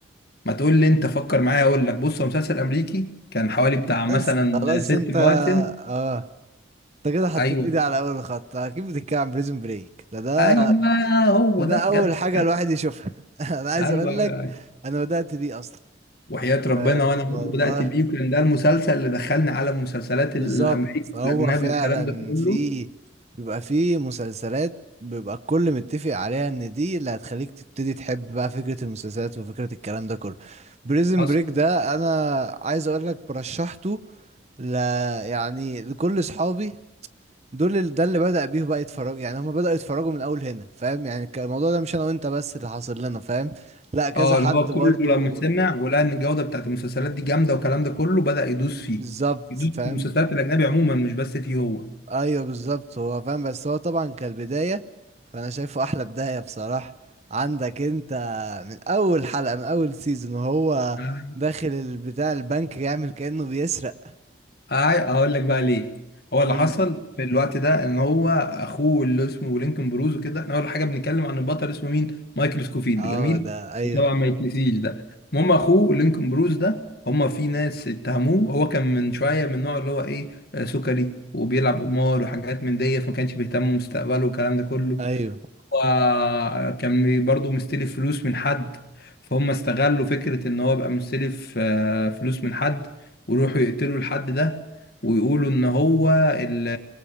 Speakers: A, on the left (about 55°); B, on the right (about 35°).
A: ما تقول لي انت فكر معايا اقول لك بص هو مسلسل امريكي كان حوالي بتاع مثلا
B: بس خلاص
A: ست
B: انت
A: مواسم
B: اه انت كده حطيت
A: ايوه
B: ايدي على اول خط اكيد بتتكلم عن بريزون بريك ده ده
A: ايوه هو
B: ده, ده
A: ده
B: اول
A: جدع
B: حاجه
A: جدع.
B: الواحد يشوفها <laughs> انا عايز
A: ايوه
B: اقول
A: ايوه
B: لك
A: أيوه.
B: انا بدات بيه اصلا
A: وحياة ربنا
B: آه
A: وانا برضه
B: والله
A: بدأت بيه وكان ده المسلسل اللي دخلني على المسلسلات
B: بالظبط
A: الامريكي
B: هو
A: والاجنبي
B: فعلا
A: والكلام ده كله
B: في بيبقى في مسلسلات بيبقى الكل متفق عليها ان دي اللي هتخليك تبتدي تحب بقى فكره المسلسلات وفكره الكلام ده كله بريزون
A: حصل
B: بريك ده انا عايز اقول لك برشحته لا يعني كل اصحابي دول ال- ده اللي بدأ بيه بقى يتفرج يعني هم بدأوا يتفرجوا من اول هنا فاهم يعني ك- الموضوع ده مش انا وانت بس اللي حاصل لنا فاهم لا كذا
A: اه
B: حد
A: اللي هو كله
B: برضو
A: لما سمع ولقى ان الجودة بتاعت المسلسلات دي جامدة والكلام ده كله بدأ يدوس فيه
B: بالظبط
A: يدوس
B: فاهم
A: في المسلسلات الاجنبي عموما مش بس فيه هو
B: ايوه بالظبط هو فاهم بس هو طبعا كالبداية فانا شايفه احلى بداية بصراحة عندك انت من اول حلقة من اول سيزون وهو
A: حصل
B: داخل البتاع البنك يعمل كأنه بيسرق
A: أي- اقول لك بقى ليه هو اللي
B: قول
A: حصل
B: لي
A: في الوقت ده ان هو اخوه اللي اسمه لينكولن بروز وكده احنا اول حاجه بنتكلم عن البطل اسمه مين مايكل سكوفيلد
B: اه
A: جميل
B: ده ايوه
A: طبعا ما يتنسيش ده المهم اخوه لينكولن بروز ده هما في ناس اتهموه هو كان من شويه من النوع اللي هو ايه آه، سكري وبيلعب قمار وحاجات من دي فما كانش بيهتم بمستقبله والكلام ده كله
B: ايوه
A: هو كان برضه مستلف فلوس من حد فهم استغلوا فكرة ان هو بقى مستلف آه، فلوس من حد ويروحوا يقتلوا الحد ده ويقولوا ان هو اللي